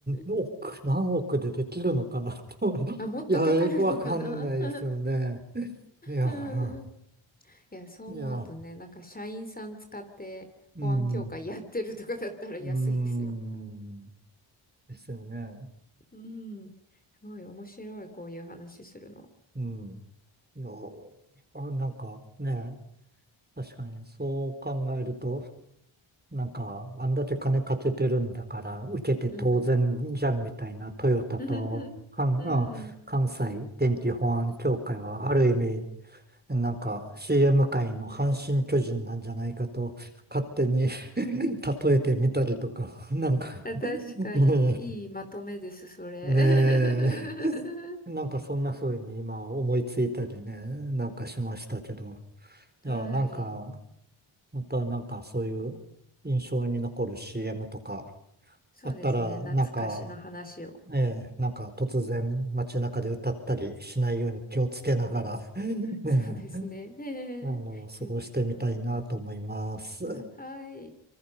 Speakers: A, on the right; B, on the left.
A: 億、
B: <laughs>
A: 何億でできるのかなと思う。
B: あ、もっとかかるのかな
A: いや、よくわかんないですよね。
B: <laughs>
A: いや、
B: うんいや、そう思うとね、
A: いや、
B: なんか社員さん使って保安協会やってるとかだったら安いですよ。
A: うん、うん、ですよね。
B: うん。すごい面白い、こういう話するの。
A: うん。いや、あ、なんかね、確かにそう考えると、なんか、あんだけ金かけてるんだから、受けて当然じゃんみたいなトヨタと、
B: うん。<laughs>
A: 関、
B: うん。
A: あ、関西電気保安協会は、ある意味、なんか CM 界の阪神巨人なんじゃないかと勝手に <laughs> 例えてみたりとか、<laughs> なんか
B: あ確かに、
A: うん
B: いいまとめです、それ。
A: <laughs> ね
B: <laughs>
A: え、なんかそんな風に今思いついたりね、なんかしましたけど、
B: はい。
A: いや、なんか、またなんかそういう印象に残る CM とか
B: そうですね。
A: あったら、
B: 懐かしの話を。
A: なんか、ええ、なんか突然街中で歌ったりしないように気をつけながら、<laughs> ねえ、
B: そうですね。<laughs>
A: あの、過ごしてみたいなと思います。
B: 気をつけましょう。うんはい。